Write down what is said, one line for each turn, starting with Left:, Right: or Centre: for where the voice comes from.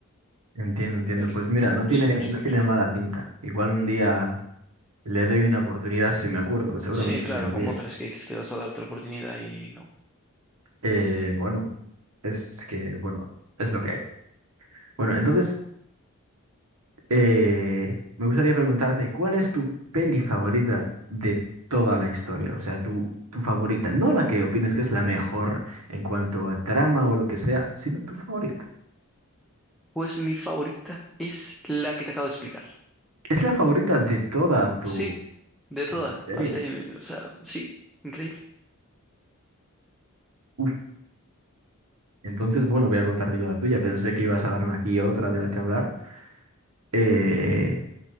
Right: Entiendo, entiendo.
Centre: el
Right: Pues mira, no tiene,
Centre: sin hacer spoilers.
Right: no tiene mala pinta. Igual un día le doy una oportunidad si me acuerdo, seguramente
Centre: Sí, claro,
Right: me olvide.
Centre: como otras que dices que le vas a dar otra oportunidad y no.
Right: Eh, bueno, es que, bueno, es lo que hay. Bueno, entonces, Eh, me gustaría preguntarte, ¿cuál es tu peli favorita de toda la historia? O sea, tu, tu favorita, no la que opines que es la mejor en cuanto a trama o lo que sea, sino tu favorita.
Centre: Pues mi favorita es la que te acabo de explicar.
Right: Es la favorita de toda tu
Centre: Sí, de todas.
Right: serie.
Centre: A mí también, o sea, sí, increíble.
Right: Uf, entonces, bueno, voy a contarte yo la tuya. Pensé que ibas a darme aquí otra de la que hablar. Eh,